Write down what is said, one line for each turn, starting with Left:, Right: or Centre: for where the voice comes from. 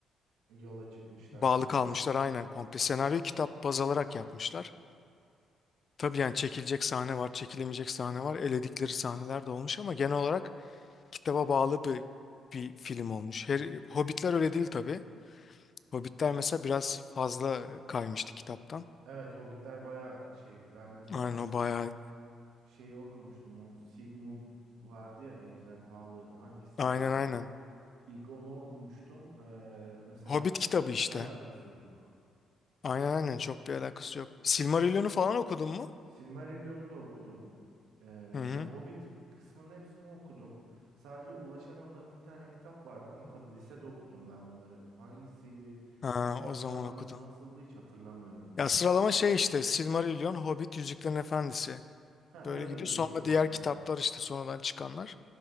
Right: Yola çıkmışlar.
Left: bağlı kalmışlar aynen komple. Senaryo kitap baz alarak yapmışlar. Tabii yani çekilecek sahne var, çekilemeyecek sahne var. Eledikleri sahneler de olmuş ama genel olarak kitaba bağlı bir bir film olmuş. Her, Hobbitler öyle değil tabii. Hobbitler mesela biraz fazla kaymıştı kitaptan.
Right: Evet Hobbitler bayağı şeydi. Ben mesela
Left: Aynen
Right: ilk
Left: o bayağı.
Right: şeyi okumuştum. O Sigmund vardı ya ejderhalı hangisiydi
Left: Aynen
Right: o?
Left: aynen.
Right: İlk onu okumuştum. Ee, mesela
Left: Hobbit
Right: hi-
Left: kitabı
Right: hiç
Left: işte.
Right: alakası yok.
Left: Aynen aynen çok bir alakası yok. Silmarillion'u falan okudun mu?
Right: Silmarillion'u da okudum. Ee,
Left: Hı hı.
Right: ya Hobbit kısmının hepsini okudum. Sadece ulaşamadığım bir tane kitap vardı ama tabii lisede okudum ben bunları. Hangisiydi?
Left: Ha,
Right: O kitap
Left: o zaman
Right: sıralaması
Left: okudun.
Right: nasıldı hiç hatırlamıyorum.
Left: Ya sıralama şey işte Silmarillion, Hobbit, Yüzüklerin Efendisi.
Right: Ha
Left: Böyle
Right: öyle
Left: gidiyor. Sonra
Right: diye gidiyordu
Left: diğer
Right: ama.
Left: kitaplar işte sonradan çıkanlar.